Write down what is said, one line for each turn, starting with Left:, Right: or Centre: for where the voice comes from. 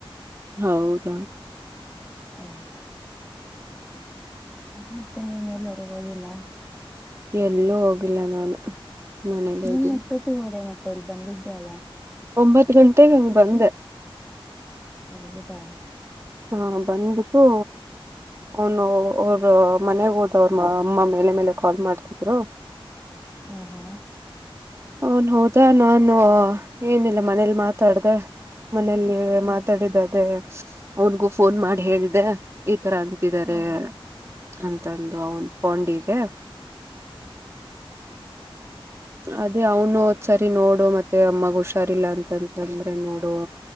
Right: ಹೌದ
Centre: ಹ್ಮ ಮತ್ತೆ ನೀನ್ ಎಲ್ಲರ್ಗ ಹೋಗಿಲ್ಲ
Right: ಎಲ್ಲೂ ಹೋಗಿಲ್ಲ ನಾನು ಮನೇಲ್ಲೇ
Centre: ನಿನ್
Right: ಇದ್ದೀನಿ
Centre: ಅಷ್ಟೊತ್ತಿಗೆ ಓದೆ ಮತ್ತೆ ಇಲ್ಲಿ ಬಂದಿದ್ದ ಅಲ್ಲ
Right: ಒಂಬತ್ತು ಗಂಟೆೆಗೆ ಹಂಗ್ ಬಂದೆ
Centre: ಹೌದಾ
Right: ಹಾ ಬಂದ್ಬಿಟ್ಟು ಅವನು ಅವ್ರ ಮನೆಗ್ ಹೋದವರು ಅಮ್ಮ ಮೇಲೆ ಮೇಲೆ ಕಾಲ್ ಮಾಡ್ತಿದ್ರು
Centre: ಹಾ ಹಾ
Right: ಅವನ್ ಹೋದ ನಾನು ಏನಿಲ್ಲ ಮನೇಲಿ ಮಾತಾಡ್ದ ಮನೇೆಯಲ್ಲಿ
Centre: ಹ್ಮ್
Right: ಮಾತಾಡಿದದೆ ಅವನ್ಗೂ ಫೋನ್ ಮಾಡಿ ಹೇಳ್ದೆ ಈ ತರ ಅಂತ <inaudible> ದ್ದಾರೆ
Centre: ಹಾ
Right: ಅಂತಂದು ಅವನ್ ಪಾಂಡಿಗೆ ಅದೇ ಅವನು ಒದ್ಸರಿ ನೋಡು ಮತ್ತೆ ಅಮ್ಮಗ್ ಹುಷಾರಿಲ್ಲ ಅಂತಂತಂದ್ರೆ ನೋಡುುವ